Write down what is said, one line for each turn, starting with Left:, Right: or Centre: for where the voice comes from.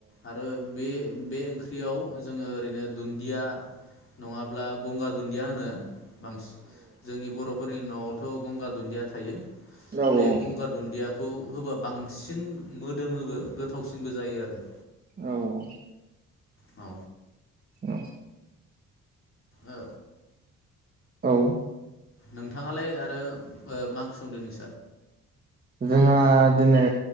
Left: आरो बे बे ओंख्रियाव जोङो ओरैनो दुन्दिया नङाब्ला गंगार दुन्दिया होनो बांसिन जोंनि बर'फोरनि न' थ' गंगार दुन्दिया थायो।
Right: औ
Left: बे गंगार दुन्दिया खौ होबा बांसिन मोदोमोबो गोथावसिनबो जायो आरो।
Right: औ औ
Left: औ
Right: <inaudible>
Left: ओ
Right: औ
Left: नोंथाङालाय आरो ओ मा ओंख्रि संदों नों
Right: जोंहा दिनै